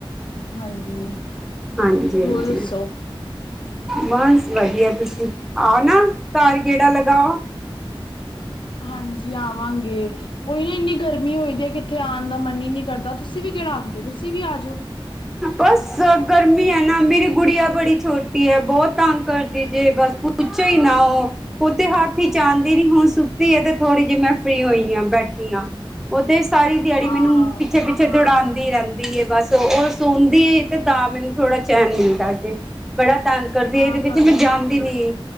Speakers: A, on the left (about 60°); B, in the centre.
A: ਹਾਂਜੀ।
B: ਹਾਂਜੀ, ਹਾਂਜੀ।
A: ਹੋਰ ਦੱਸੋ
B: ਬਸ ਵਧੀਆ ਤੁਸੀਂ ਆਓ ਨਾ ਤਾਰ ਗੇੜਾ ਲਗਾਓ।
A: ਹਾਂਜੀ ਆਵਾਂਗੇ। ਉਹੀ ਨਾ ਇੰਨੀ ਗਰਮੀ ਹੋਈ ਦੀ ਹੈ ਕਿੱਥੇ ਆਉਣ ਦਾ ਮਨ ਹੀ ਨਹੀਂ ਕਰਦਾ ਤੁਸੀਂ ਵੀ ਕਿਹੜਾ ਆਉਂਦੇ ਹੋ ਤੁਸੀਂ ਵੀ ਆ ਜਾਓ।
B: ਬਸ ਗਰਮੀ ਹੈ ਨਾ ਮੇਰੀ ਗੁੜੀੀਆਂ ਬੜੀ ਛੋਟੀ ਹੈ। ਬਹੁਤ ਤੰਗ ਕਰਦੀ ਜੇ ਬਸ ਕੁਛ ਹੀ ਨਾਓ ਔਹ ਤੇ ਹੱਥ ਹੀ ਚ ਆਦੀ ਨੀ ਹੁਣ ਸੁੱਕਤੀ ਹੈ ਥੋੜ੍ਹੀ ਜਿਹੀ ਮੈਂ ਫ੍ਰਰੀ ਹੋਈ ਹਾਂ ਬੈਠ ਆ। ਔਹ ਤੇ ਸਾਰੀ ਦਿਹਾੜੀ
A: ਹਾਂ
B: ਮੈਨੂੰ ਪਿੱਛੇ ਪਿੱਛੇ ਦੌੜਾਉਂਦੀ ਰਹਿੰਦੀ ਏ ਬਸ ਔਹ ਔ ਸੌਦੀ ਤੇ ਤਾਂ ਮੈਨੂੰ ਥੋੜਾ ਚੈਨ ਮਿਲਦਾ ਜੇ ਬੜਾ ਤਗ ਕਦੀ
A: ਹਾਂ
B: ਇਹਦੇ ਪਿਛੇ
A: ਤੁਹਾਡੀ
B: ਮੈਂ ਜਾਂਦੀ
A: ਛੋਟੀ
B: ਨੀ
A: ਹੈ